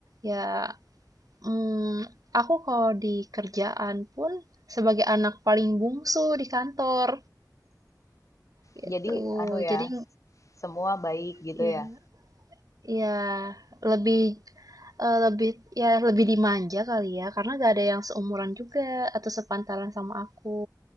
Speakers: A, on the right; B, on the left.
A: ya hmm, aku kalau di kerjaan pun sebagai anak paling bungsu di kantor gitu
B: jadi anu ya,
A: jadi
B: semua baik gitu
A: ya
B: ya?
A: ya lebih eh, lebih ya lebih dimanja kali ya karena gak ada yang seumuran juga atau sepantaran sama aku